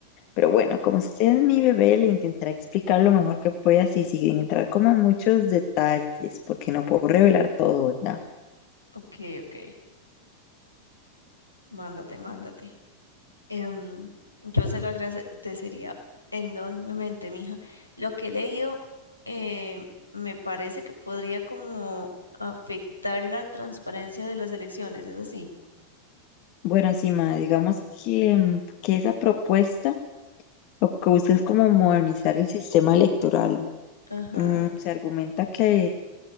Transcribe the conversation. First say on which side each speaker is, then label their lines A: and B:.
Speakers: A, on the left; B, on the left.
A: Pero bueno, como usted es mi bebé, le intentaré explicar lo mejor que pueda, así sin entrar como en muchos detalles, porque no puedo revelar todo, ¿verdad?
B: Ok, ok. Mándate, mándate. em, yo se lo agradecería enormemente, mija. Lo que he leído eh, me parece que podría como afectar la transparencia de las elecciones, ¿es así?
A: Bueno, encima, digamos que, mm, que esa propuesta lo que busca es como modernizar el sistema electoral.
B: Ajá.
A: Mm, se argumenta que,